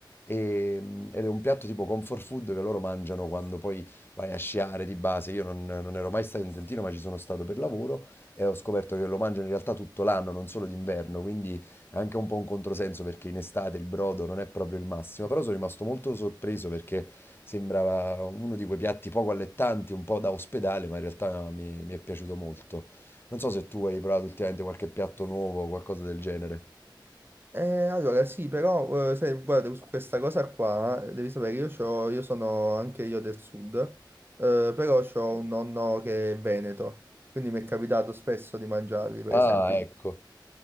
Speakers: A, on the left; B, on the right.
A: e- ed è un piatto tipo comfort food che loro mangiano quando poi vai a sciare di base. Io non non ero mai stato in Trentino, ma ci sono stato per lavoro e ho scoperto che lo mangiano in realtà tutto l'anno, non solo d'inverno, quindi è anche un po' un controsenso perché in estate il brodo non è proprio il massimo, però sono rimasto molto sorpreso perché sembrava uno di quei piatti poco allettanti, un po' da ospedale, ma in realtà mi, mi è piaciuto molto. Non so se tu hai provato ultimamente qualche piatto nuovo o qualcosa del genere.
B: Eh, allora sì, però eh, sai, guarda, su questa cosa qua eh, devi sapere, io, c'ho- io sono anche io del sud, eh, però ho un nonno che è veneto, quindi mi è capitato spesso di mangiarli, per
A: Ah,
B: esempio.
A: ecco.